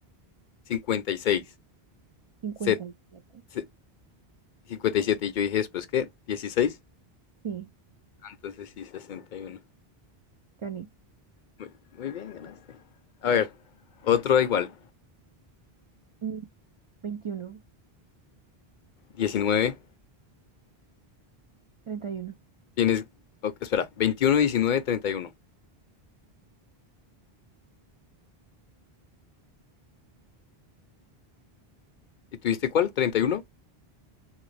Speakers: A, on the left; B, on the right.
A: 56.
B: cincuenta
A: set-
B: y siete
A: se- 57. Y siete. Y yo dije después, ¿qué? dieciséis.
B: Sí,
A: Entonces sí, 61.
B: gané.
A: Muy, muy bien, ganaste. A ver, otro igual.
B: Mm, veintiuno,
A: 19.
B: treinta y uno
A: Tienes, ok, espera, veintiuno diecinueve treinta ¿Y uno. ¿Y tuviste cuál? 31.